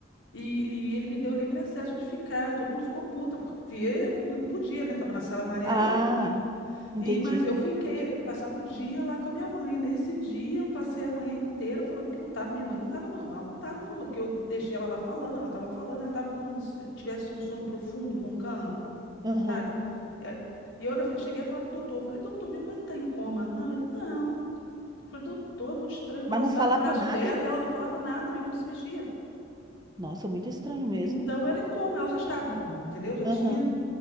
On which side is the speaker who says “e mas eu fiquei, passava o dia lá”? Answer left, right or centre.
Left